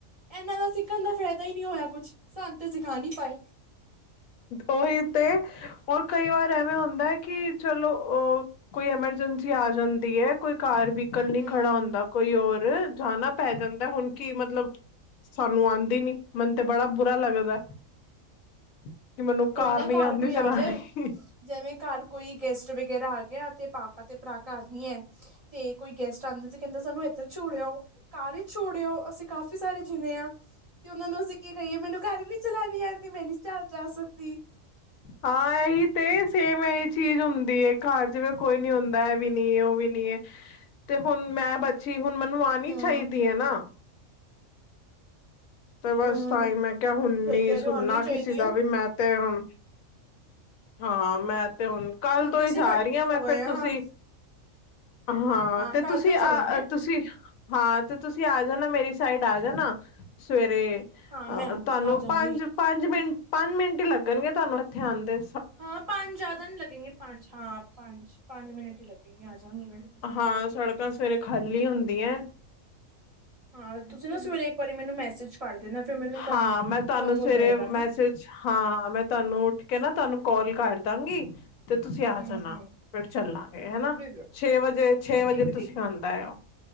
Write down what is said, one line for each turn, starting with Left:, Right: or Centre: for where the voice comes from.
Right: ਇਹਨਾਂ ਦਾ ਸਿੱਖਣ ਦਾ ਫਾਇਦਾ ਹੀ ਨਹੀਂ ਹੋਇਆ ਕੁਛ, ਸਾਨੂੰ ਤਾਂ ਸਿਖਾ ਨਹੀਂ ਪਾਏ।
Left: ਉਹੀ ਤੇ, ਔਰ ਕਈ ਵਾਰ ਐਵੇਂ ਹੁੰਦਾ ਐ ਕਿ ਚਲੋ ਊ ਕੋਈ ਐਮਰਜੈਂਸੀ ਆ ਜਾਂਦੀ ਐ ਕੋਈ ਕਾਰ ਵਹੀਕਲ ਨਹੀਂ
Right: ਹੂੰ
Left: ਖੜਾ ਹੁੰਦਾ ਕੋਈ ਹੋਰ। ਜਾਣਾ ਪੈ ਜਾਂਦਾ ਹੁਣ ਕੀ ਮਤਲਬ ਸਾਨੂੰ ਆਂਦੀ ਨੀ ਮਿਨ ਤੇ ਬੜਾ ਪਤਾ ਲੱਗਦਾ। ਕਿ ਮੈਨੂੰ
Right: ਕੋਈ ਨਾ
Left: ਨੀ
Right: ਕਾਰ
Left: ਆਂਦੀ
Right: ਕੋਈ
Left: ਚਲਾਣੀ।
Right: ਆ ਜਾਏ ਜਿਵੇਂ ਕਾਰ ਕੋਈ ਗੈਸਟ ਵਗੈਰਾ ਆ ਗਿਆ ਤੇ ਪਾਪਾ ਤੇ ਪਰਾ ਕਾਰ ਨੀ ਐ। ਤੇ ਕੋਈ ਗੈਸਟ ਆਂਦੇ ਤੇ ਕਹਿੰਦੇ ਸਾਨੂੰ ਇਥੇ ਛੋੜੇ ਆਓ। ਕਾਰ ਚ ਛੋੜੇ ਆਓ, ਅਸੀਂ ਕਾਫੀ ਸਾਰੇ ਜਿੰਨੇ ਆਂ। ਤੇ ਉਹਨਾ ਨੂੰ ਅਸੀਂ ਕੀ ਕਹੀਏ, ਮੈਨੂੰ ਕਾਰ ਨੀ ਚਲਾਣੀ ਆਂਦੀ ਮੈਂ ਨੀ ਚ ਜਾ ਸਕਦੀ।
Left: ਹਾਂ ਇਹੀ ਤੇ। ਸੇਮ ਇਹ ਚੀਜ਼ ਹੁੰਦੀ ਐ, ਕਾਰ ਜਿਵੇ ਕੋਈ ਨੀ ਹੁੰਦਾ ਇਹ ਵੀ ਨੀ ਉਹ ਵੀ ਨੀ ਐ। ਤੇ ਹੁਣ ਮੈਂ ਬਚੀ ਹੁਣ ਮੈਨੂੰ ਆਂਣੀ
Right: ਹੂੰ।
Left: ਚਾਹੀਦੀ ਐ ਨਾ। ਤੇ ਬਸ
Right: ਹੂੰ।
Left: ਤ ਹੀ ਮੈਂ ਕਹਿਆ ਹੁੰਨੀ
Right: ਸਹੀ ਕਹਿ ਰਹੇ
Left: ਸੁਣਨਾ
Right: ਹੋ ਆਉਣੀ ਚਾਹੀਦੀ
Left: ਕਿਸੇ
Right: ਹੈ
Left: ਦਾ ਵੀ ਮੈਂ ਤੇ ਹੁਣ ਹਾਂ ਮੈਂ ਤੇ ਹੁਣ ਕੱਲ ਤੋਂ
Right: ਤੇ
Left: ਹੀ
Right: ਅਸੀਂ
Left: ਜਾ
Right: ਵੱਡੇ
Left: ਰਹੀ ਹਾਂ
Right: ਹੋ
Left: ਮੈਂ
Right: ਗਏ
Left: ਫੇਰ,
Right: ਹਾਂ
Left: ਤੁਸੀਂ ਹਾਂ ਤੇ
Right: ਕੱਲ
Left: ਤੁਸੀਂ
Right: ਤੋਂ
Left: ਆ
Right: ਚੱਲਾਂਗੇ
Left: ਤੁਸੀਂ ਹਾਂ ਤੇ ਤੁਸੀਂ ਆ ਜਾਣਾ ਮੇਰੀ ਸਾਈਡ ਆ ਜਾਣਾ। ਸਵੇਰੇ
Right: ਹਾਂ ਮੈਂ
Left: ਅਹ
Right: ਆ
Left: ਤੁਹਾਨੂੰ
Right: ਆ ਜਾਂਗੀ
Left: ਪੰਜ-ਪੰਜ ਪੰਜ ਮਿੰਟ ਪੰਜ ਮਿੰਟ ਹੀ ਲੱਗਣਗੇ ਤੁਹਾਨੂੰ ਇੱਥੇ ਆਂਦੇ।
Right: ਹਾਂ ਪੰਜ ਜ਼ਿਆਦਾ ਨਹੀਂ ਲਗੇਗੇ ਪੰਜ ਹਾਂ ਪੰਜ, ਪੰਜ ਮਿੰਟ ਹੀ ਲਗੇਗੇ ਆ ਜਾਂਗੀ ਮੈਂ।
Left: ਹਾਂ ਸੜਕਾਂ ਸਵੇਰੇ ਖਾਲੀ ਹੁੰਦੀਆਂ।
Right: ਹਾਂ, ਤੁਸੀਂ ਨਾ ਸਵੇਰੇ ਇੱਕ ਵਾਰੀ ਮੈਨੂੰ ਮੈਸੇਜ ਕਰ ਦੇਣਾ ਫਿਰ ਮੈਨੂੰ ਕਨਫਰਮ
Left: ਹਾਂ ਮੈਂ ਤੁਹਾਨੂੰ ਸਵੇਰੇ
Right: ਹੋ ਜਾਏਗਾ ਨਾ।
Left: ਹਾਂ, ਮੈਂ ਤੁਹਾਨੂੰ ਉੱਠ ਕੇ ਨਾ ਤੁਹਾਨੂੰ ਕਾਲ ਕਰ ਦਾਂਗੀ। ਤੇ ਤੁਸੀਂ ਆ
Right: ਹਮ
Left: ਜਾਣਾ
Right: ਹਮ
Left: ਫਿਰ ਚੱਲਾਂਗੇ ਹਨਾ
Right: ਠੀਕ ਹੈ
Left: ਛੇ ਵਜੇ, ਛੇ ਵਜੇ
Right: ਠੀਕ ਹੈ
Left: ਤੁਸੀਂ <unintelligible>